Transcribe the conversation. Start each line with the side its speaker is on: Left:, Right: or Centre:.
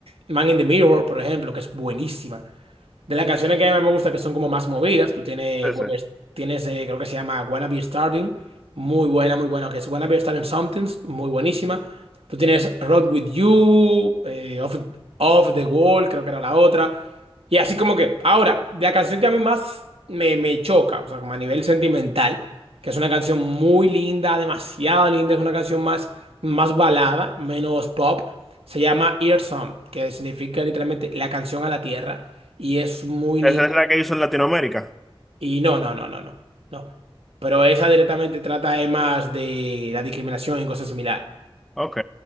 Right: Man in the Mirror, por ejemplo, que es buenísima. De las canciones que más me gusta, que son como más movidas, tú tienes,
Centre: sí, sí.
Right: tienes eh, creo que se llama Wanna Be Starting, muy buena, muy buena, que es Wanna Be Starting Somethings, muy buenísima. Tú tienes Road With You, eh, Off, Off the Wall, creo que era la otra. Y así como que, ahora, la canción que a mí más me, me choca, o sea, como a nivel sentimental, que es una canción muy linda, demasiado linda, es una canción más, más balada, menos pop, se llama Ear Song, que significa literalmente la canción a la tierra y es muy linda.
Centre: Esa es la que hizo en Latinoamérica.
Right: Y no, no, no, no, no, no. Pero esa directamente trata eh, más de la discriminación y cosas similares.
Centre: Ok,